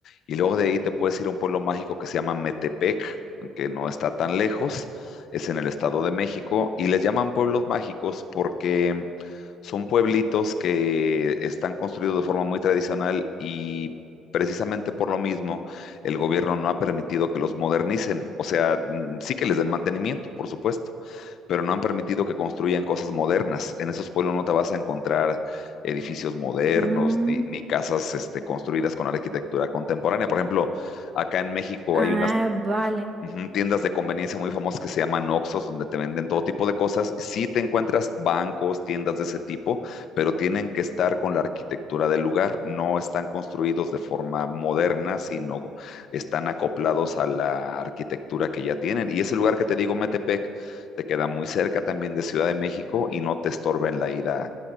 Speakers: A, on the left; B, on the right.
A: Y luego de ahí te puedes ir a un pueblo mágico que se llama Metepec, que no está tan lejos, es en el Estado de México. Y les llaman pueblos mágicos porque son pueblitos que están construidos de forma muy tradicional y precisamente por lo mismo el gobierno no ha permitido que los modernicen. O sea, mm, sí que les den mantenimiento, por supuesto, pero no han permitido que construyan cosas modernas. En esos pueblos no te vas a encontrar edificios modernos
B: Mm,
A: ni, ni casas este, construidas con arquitectura contemporánea. Por ejemplo, acá en México
B: ah,
A: hay una
B: vale.
A: ujú, tiendas de conveniencia muy famosas que se llaman Oxxos, donde te venden todo tipo de cosas. Sí te encuentras bancos, tiendas de ese tipo, pero tienen que estar con la arquitectura del lugar. No están construidos de forma moderna, sino están acoplados a la arquitectura que ya tienen. Y ese lugar que te digo, Metepec, te queda muy cerca también de Ciudad de México y no te estorba en la ida